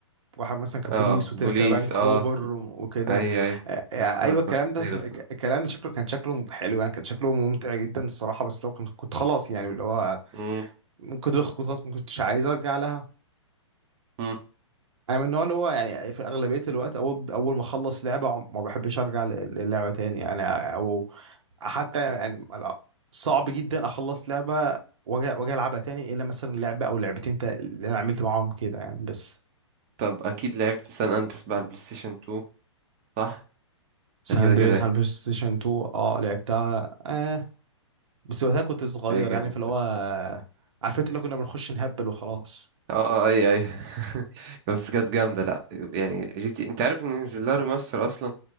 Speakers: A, on the right; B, on the right.
A: واحد مثلا كبوليس
B: اه
A: والتاني
B: بوليس
A: كبنك
B: اه
A: روبر وكده
B: أي أي
A: آه، آه،
B: كانت خ-
A: ايوه الكلام
B: كانت خطيرة
A: ده ك-
B: الصراحة.
A: الكلام ده شكله كان شكله حلو يعني كان شكله ممتع جدا الصراحه بس لو كنت كنت خلاص يعني اللي هو
B: مم.
A: ممكن تخ- كنت خلاص ما كنتش عايز ارجع لها
B: مم.
A: انا من النوع اللي هو يعني في اغلبيه الوقت اول اول ما اخلص لعبه عم- ما بحبش ارجع ل- للعبه تاني يعني او حتى يعني لا، صعب جدا اخلص لعبه واجي واجي العبها تاني الا مثلا لعبه او لعبتين تا- اللي انا عملت معاهم كده يعني بس
B: طب أكيد لعبت سان أندريس بقى على البلاي ستيشن 2 صح؟
A: سان
B: ده كده
A: اندريس
B: كده يعني
A: على البلاي ستيشن 2 اه لعبتها آه بس وقتها كنت صغير
B: هي جامدة
A: يعني فاللي هو عارف انت اللي كنا بنخش نهبل وخلاص
B: اه أي أي <laughs> بس كانت جامدة لأ يعني جي تي أنت عارف إن نزل لها ريماستر أصلا